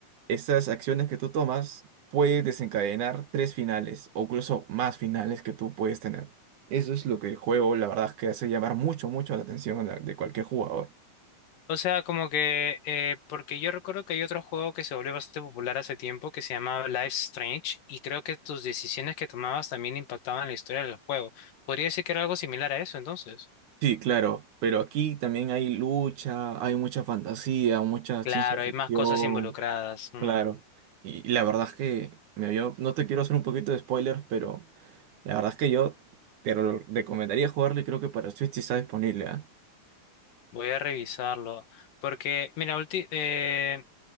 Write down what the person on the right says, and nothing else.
estas acciones que tú tomas puede desencadenar tres finales o incluso más finales que tú puedes tener. Eso es lo que el juego, la verdad, es que hace llamar mucho, mucho la atención de de cualquier jugador.
Sí, claro, pero aquí también hay lucha, hay mucha fantasía, mucha
ciencia ficción,
claro. Y la verdad es que me vio, no te quiero hacer un poquito de spoilers, pero la verdad es que yo te lo recomendaría jugarlo y creo que para Switch sí está disponible, ¿ah?